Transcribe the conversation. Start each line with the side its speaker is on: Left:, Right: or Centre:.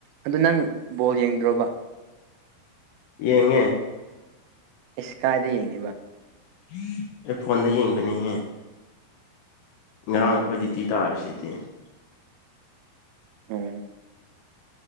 Right: ꯑꯗꯨ ꯅꯪ ꯕꯣꯜ ꯌꯦꯡꯗ꯭ꯔꯣꯕ
Left: ꯌꯦꯡꯉꯦ
Right: ꯏꯁꯀꯥꯏꯗ ꯌꯦꯡ
Left: <inaudible> ꯑꯦ ꯐꯣꯟꯗ ꯌꯦꯡꯕꯅꯤꯍꯦ ꯉꯔꯥꯡ
Right: ꯎꯝ
Left: ꯑꯩꯈꯣꯏ ꯗꯨꯇꯤ ꯇꯥꯔꯤꯁꯤꯗꯤ ꯂ <unintelligible>
Right: ꯑꯣ